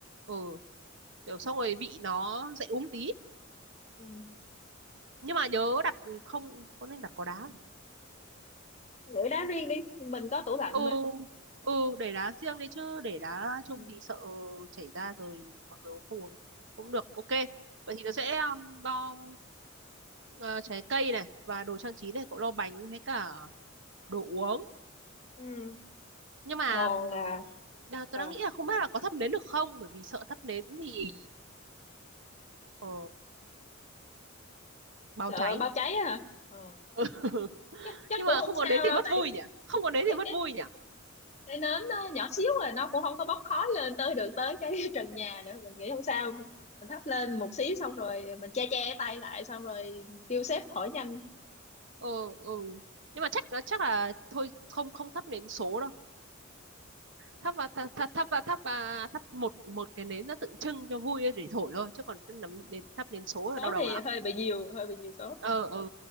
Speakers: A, on the right (about 60°); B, on the left (about 35°).
A: ừ kiểu xong rồi vị nó dậy uống tí
B: Ừ.
A: nhưng mà nhớ đặt không có nên đặt có đá không?
B: Để đá riêng đi, mình có tủ lạnh
A: ừ
B: mà.
A: ừ để đá riêng đấy chứ để đá chung
B: Ừ.
A: thì sợ chảy ra rồi mọi người không uống cũng được ok vậy thì nó sẽ um, lo ờ, trái cây này và đồ trang trí này cậu lo bánh với cả đồ uống
B: ừ.
A: nhưng mà
B: Còn
A: ừm,
B: là
A: đang, tôi
B: à,
A: đang nghĩ là không biết là có thắp nến được không bởi vì sợ thắp nến thì ờ, báo
B: sợ
A: cháy
B: bao cháy á hả? Ờ.
A: <laughs>
B: Chắc chắc
A: nhưng
B: cũng
A: mà
B: không
A: không
B: sao
A: có nến thì
B: đâu
A: mất
B: tại
A: vui nhỉ không có nến
B: cái
A: thì mất vui nhỉ
B: cái nến nó nhỏ xíu rồi nó cũng không có bốc khói lên tới được tới cái <laughs> trần nhà nữa mình nghĩ không sao mình thắp lên một xí xong rồi mình che che tay lại xong rồi kêu sếp hỏi nhanh
A: ừ, ừ. nhưng mà chắc nó chắc là thôi không không thắp nến số đâu thắp và thắp thắp thắp và thắp và thắp một một cái nến nó tượng trưng cho vui để thổi thôi chứ còn cái nấm- nến thắp nến số là
B: số
A: đau đầu
B: thì
A: lắm
B: hơi bị nhiều hơi bị nhiều số
A: ờ ờ